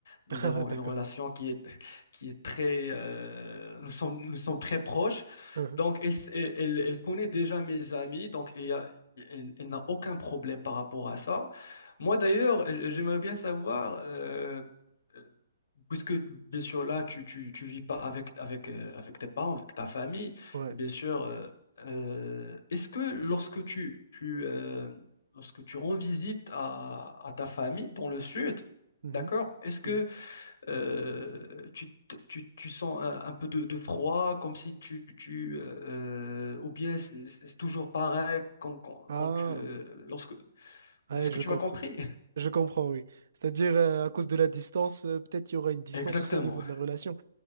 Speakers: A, on the left; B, on the right.
A: Nous
B: <laughs>
A: avons
B: Ah, d'accord.
A: une relation qui est, qui est très, euh, nous sommes, nous sommes très proches.
B: Uhum.
A: Donc, elle, s- elle, elle elle connaît déjà mes amis, donc il y a- elle, elle n'a aucun problème par rapport à ça. Moi, d'ailleurs, euh, j'aimerais bien savoir, euh, euh, puisque bien sûr là, tu, tu, tu vis pas avec, avec, euh, avec tes parents, avec ta famille,
B: Ouais.
A: et bien sûr, euh, euh, est-ce que lorsque tu, tu, euh, lorsque tu rends visite à, à ta famille dans le sud,
B: Mhm.
A: d'accord, est-ce que
B: Mhm.
A: euh, tu, te- tu- tu sens un, un peu de, de froid, comme si tu, tu euh, ou bien c'est c'est toujours pareil quand, quand,
B: Ah,
A: quand tu, euh, lorsque,
B: ouais,
A: est-ce
B: je
A: que tu
B: comprends.
A: m'as compris? <laughs>
B: Je comprends, oui. C'est-à-dire, euh, à cause de la distance, euh, peut-être il y aura une distance
A: Exactement,
B: aussi au niveau de la relation.